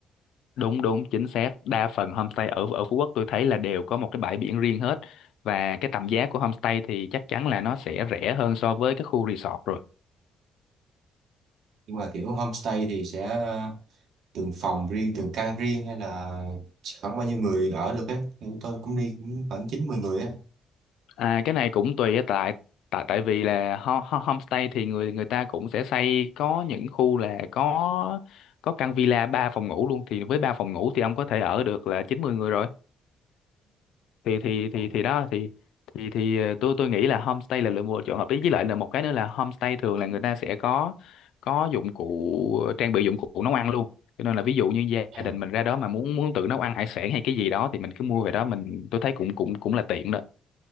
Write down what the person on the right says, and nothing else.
Nhưng mà kiểu homestay thì sẽ từng phòng riêng từng căn riêng hay là chỉ khoảng bao nhiêu người ở được ấy Thì chúng tôi cũng đi cũng khoảng chín mười người ấy
Ờ,
à,